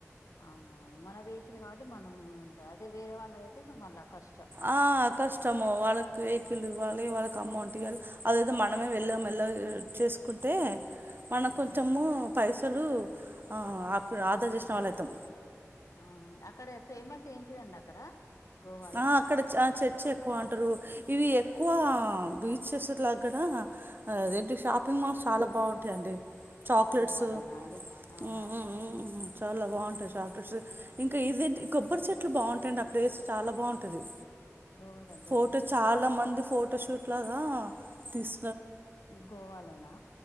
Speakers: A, on the left; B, on the right.
A: అవునవును మన వెహికల్ కాబట్టి మనం ఉంటది అదే వేరే వాళ్ళ తే మల్ల కష్
B: ఆ కష్టము వాళ్ళకి వెహికల్ ఇవ్వాలి వాళ్ళకి అమౌంట్ అదైతే మనమే వెళ్ళ మెల్లగా చేసుకుంటే మన
A: ఆ
B: కొంచము పైసలు ఆ అప్పుడు ఆదా చేసిన వాల్లయితం
A: అవునండి అక్కడ ఫేమస్ ఏంటిదండి అక్కడ గోవాలో
B: ఆ అక్కడ ఆ చర్చ ఎక్కువ అంటారు ఇవి ఎక్కువ బీచెస్ లాగ ఏదేంటి షాపింగ్ మాల్స్ చాలా బాగుంటాయండి చాక్లెట్స్
A: గోవాలోనా అండి అవునా
B: హ్మ్ హ్మ్ చాలా బాంటాయి చాక్లెట్స్ ఇంకా ఇదేంటి కొబ్బరి చెట్లు బాంటాయండి ఆ ప్లేస్ చాలా బాంటది
A: గోవా దగ్గర
B: ఫోటో
A: అండి
B: చాలా మంది ఫోటో షూట్ లాగా తీస్
A: మ్ గోవాలోనా